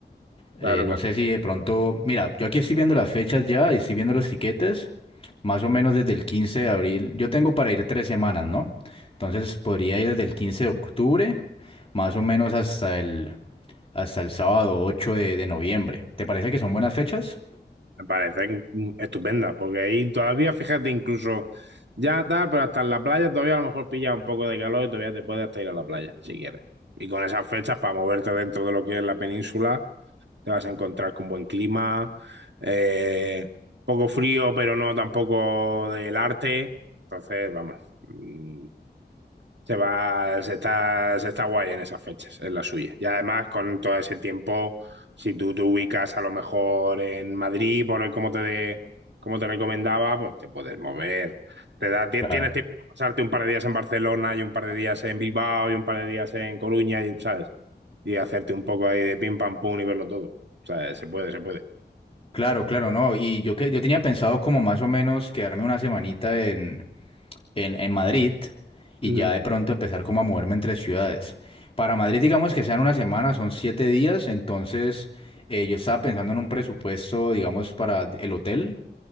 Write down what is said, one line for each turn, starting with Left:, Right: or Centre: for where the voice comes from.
Left: Eh,
Right: Claro,
Left: no
Right: claro.
Left: sé si de pronto, mira, yo aquí estoy viendo las fechas ya y estoy viendo los tiquetes, más o menos desde el 15 de abril. Yo tengo para ir tres semanas, ¿no? Entonces podría ir desde el 15 de octubre, más o menos hasta el, hasta el sábado 8 de, de noviembre. ¿Te parece que son buenas fechas?
Right: Me parecen estupendas, porque ahí todavía, fíjate, incluso ya tal, pero hasta en la playa todavía a lo mejor pilla un poco de calor y todavía te puedes hasta ir a la playa, si quieres. Y con esas fechas, para moverte dentro de lo que es la península, te vas a encontrar con buen clima, eh, poco frío, pero no tampoco del arte. Entonces, vamos, mm, se va, se está, se está guay en esas fechas, es la suya. Y además, con todo ese tiempo, si tú te ubicas a lo mejor en Madrid, por el como te, de- como te recomendaba, pues te puedes mover. Te da, ti-
Left: Claro.
Right: tienes tiempo de pasarte un par de días en Barcelona y un par de días en Bilbao y un par de días en Coruña, y, ¿sabes? Y hacerte un poco ahí de pim pam pum y verlo todo. O sea, se puede, se puede.
Left: Claro, claro, no. Y yo que yo tenía pensado como más o menos quedarme una semanita en, en, en Madrid y
Right: Mm.
Left: ya de pronto empezar como a moverme entre ciudades. Para Madrid, digamos que sean una semana, son siete días, entonces eh, yo estaba pensando en un presupuesto, digamos, para el hotel